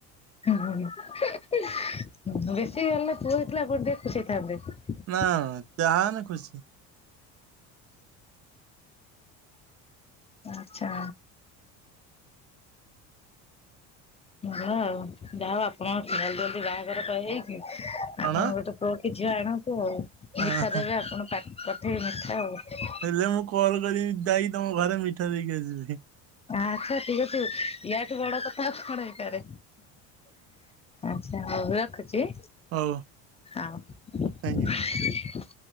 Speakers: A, on the left (about 20°); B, on the right (about 45°).
A: ବେଶୀ ହେଲେ ପୁଅ ହେଇଥିଲା ଆପଣ ଟିକେ ଖୁସି ହେଇଥାନ୍ତି।
B: ନା ଯାହାନ ଖୁସି।
A: ଆଚଛା। ହ ଆଉ ଯାହା ଆପଣଲ ଜି ବାହାଘର କହି ହେଇକି
B: କଣ
A: ଆପଣ ଗୋଟେ ତୋଉ କି ଝିଅ ଆଣନ୍ତୁ ଆଉ
B: ହଁ
A: ମିଠା
B: ହଁ।
A: ଦେବେ ଆପଣ ପଠେଇବେ ମିଠା ଆଉ।
B: ହେଲେ ମୁଁ କଲ୍ କରିି ଯାଇକି ତମ ଘରେ ମିଠା ଦେଇକି ଆସିବି।
A: ଆଚ୍ଛା ଠିକ ଅଛ ୟାଠୁ ବଡ କଥାଉ କଣ ହେଇପାରେ। ଆଚଛା ହଉ ରଖୁଛି।
B: ହଉ
A: ହଁ।
B: ଥ୍ୟାଙ୍କ ୟୁ।